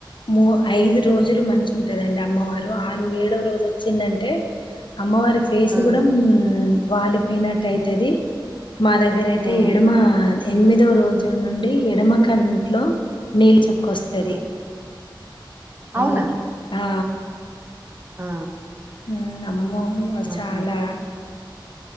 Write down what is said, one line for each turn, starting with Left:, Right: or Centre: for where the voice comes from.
Left: మూ ఐదు రోజులు మంచి ఉంటదండి అమ్మవారు ను ఏడో రోజు వచ్చిందంటే అమ్మవారి ఫేస్
Right: ఉమ్,
Left: కూడా ఉహ్ వాళిపోయినట్టు అయితది మా దగ్గర అయితే
Right: ఉమ్,
Left: ఎడుమా హా ఎనిమిదో రోజు నుండి ఎడమ కంట్లో నీళ్ళ చొప్పు కోస్తాది
Right: ఉమ్. అవునా
Left: అమ్మాకి ఆ
Right: ఆ
Left: ఉహ్ ఆమ్మో మ
Right: ఆహా.
Left: చాలా